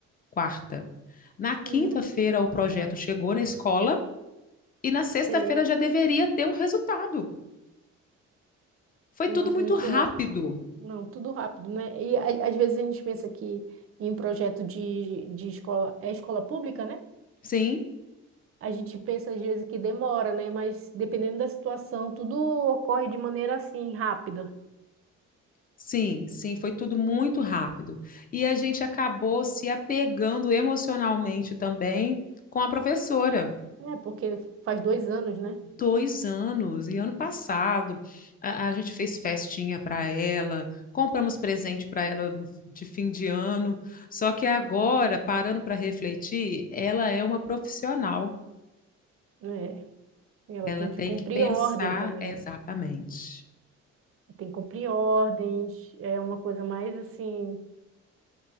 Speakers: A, on the left; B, on the right.
A: quarta. Na quinta-feira,
B: Uhum,
A: o projeto chegou na escola e na sexta-feira
B: sei.
A: já deveria ter um resultado. Foi
B: Nossa,
A: tudo muito
B: muito
A: rápido.
B: rápido. Não, tudo rápido, né? E a- às vezes a gente pensa que em projeto de, de escola, é escola pública, né?
A: Sim,
B: A gente pensa às vezes que demora, né? Mas dependendo da situação, tudo ocorre de maneira assim, rápida.
A: sim, sim, foi tudo muito rápido. E a gente acabou se apegando emocionalmente também com a professora.
B: É, porque faz dois anos, né?
A: Dois anos, e ano passado a, a gente fez festinha para ela, compramos presente para ela no- de fim de ano. Só que agora, parando para refletir, ela é uma profissional
B: É, e ela
A: Ela
B: tem
A: tem
B: que cumprir
A: que pensar
B: ordem também.
A: exatamente.
B: tem que cumprir ordens, é uma coisa mais assim.